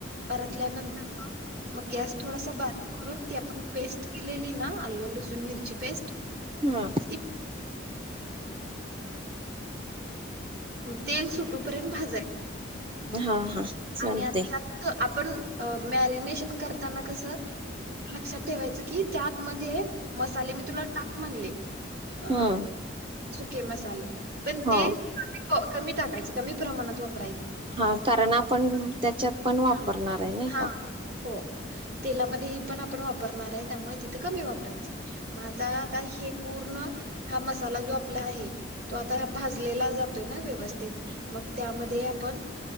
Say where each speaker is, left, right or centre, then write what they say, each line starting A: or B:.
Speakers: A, on the right; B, on the right.
A: परतल्यानंतर मग-मग गॅस थोडासा बारीक करून ती आपन पेस्ट केलेली ना आल्लं, लसूण चन मिरची पेस्ट
B: हा
A: <unintelligible> तेल सुटू पर्यंत भाजायचं
B: हा हा चालते
A: आणि आत्ता तं आपण अ मॅरिनेशन करताना कसं लक्षात ठेवायचं की त्या मध्ये मसाले मी तुला टाक म्हनले ह!
B: हम्म
A: सुके मसाले पण
B: हो
A: ते क कमी टाक कमी प्रमाणात वाप
B: हा कारण आपण त्याच्यात पण वापरणार
A: ह-हा-हो
B: आहे नाही का
A: तेलामध्ये हे पण आपण वापरणार आहे त्यामुळे कमी वापरायचे. म आता आता हे पूर्ण हा मसाला जो आपला आहे तो आता भाजलेला जातोय ना व्यवस्थित. मग त्यामध्ये आपण